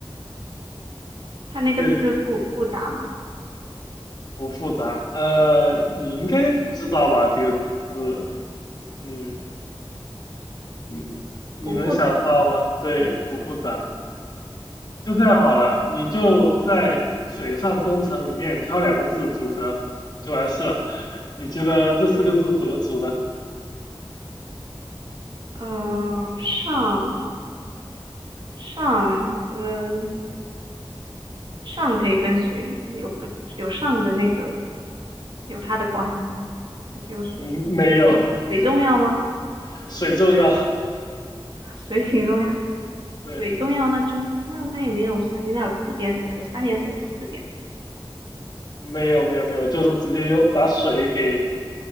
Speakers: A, on the right; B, on the left.
A: 它那个字复复杂吗？
B: 对，不复杂。呃，你应该知道吧？这个字，嗯，你你能想到吗？
A: 不复杂。
B: 对，不复杂。就这样好了，你就在水上工程里面挑两个字组合就完事了。<laughs> 你觉得这四个字怎么组呢？
A: 嗯、上上跟上可以跟水有跟有上的那个有它的关系吗？还是有水？
B: 嗯，没有，
A: 水重要吗？
B: <laughs> 水重要。
A: <laughs> 水挺重要，
B: 对，
A: 水重要，那就那它也没有三点，那有四点水啊，有三点水或四点水，
B: 没有没有没有，就是直接用把水给